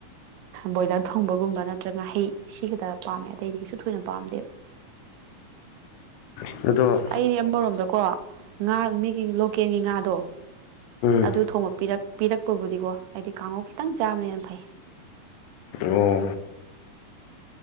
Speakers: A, on the right (about 85°); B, on the left (about 80°).
A: ꯕꯣꯏꯂꯔ ꯊꯣꯡꯕꯒꯨꯝꯕ ꯅꯠꯇ꯭ꯔꯒꯍꯩ ꯁꯤ ꯈꯛꯇ ꯄꯥꯝꯃꯦ ꯑꯇꯩꯗꯤꯁꯨ ꯊꯣꯏꯅ ꯄꯥꯝꯗꯦꯕ
B: <unintelligible> <inaudible> ꯑꯗꯣ
A: ꯑꯩꯗꯤꯝꯕꯔꯣꯝꯗꯀꯣ ꯉꯥ ꯃꯤꯒꯤ ꯂꯣꯀꯦꯜꯒꯤ ꯉꯥꯗꯣ
B: ꯎꯝ
A: ꯑꯗꯨ ꯊꯣꯡꯕ ꯄꯤꯔꯛ ꯄꯤꯔꯛꯄꯕꯨꯗꯤꯀꯣ ꯑꯩꯗꯤ ꯀꯥꯡꯉꯧ ꯈꯤꯇꯪ ꯆꯥꯕꯅ ꯐꯩ
B: ꯑꯣ